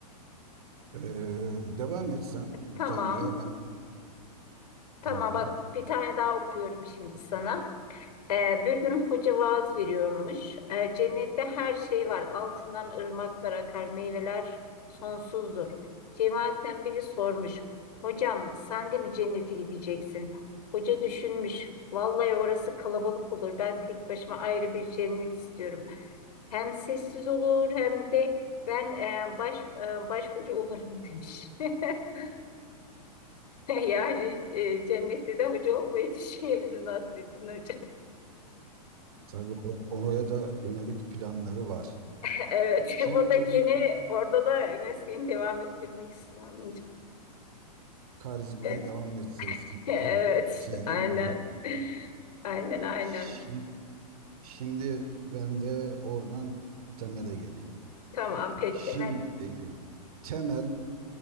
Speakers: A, on the right (about 65°); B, on the left (about 75°).
A: E, devam et sen bir
B: Tamam.
A: tane daha ben
B: Tamam
A: tamam.
B: bak bir tane daha okuyorum şimdi sana. E, bir gün hoca vaaz veriyormuş. E, cennette her şey var. Altından ırmaklar akar, meyveler sonsuzdur. Cemaatten biri sormuş. Hocam sen de mi cennete gideceksin? Hoca düşünmüş. Vallahi orası kalabalık olur. Ben tek başıma ayrı bir cennet istiyorum. Hem sessiz olur hem de ben e, baş e, baş hoca olurum demiş. <laughs> Yani e, cennette de hoca olmayı düşünüyor bizim Nasrettin Hoca.
A: Tabii o- oraya da yönelik planları var.
B: <laughs> Evet,
A: Şimdi
B: buradakini
A: o
B: orada da mesleğini devam ettirmek istiyorum.
A: karizmayı
B: Evet,
A: devam etsin.
B: <laughs> evet,
A: Yani sizden
B: aynen.
A: de.
B: Aynen, aynen.
A: Şi- Şimdi ben de oradan temele geleyim.
B: Tamam, peki.
A: Şimdi
B: Hadi.
A: temel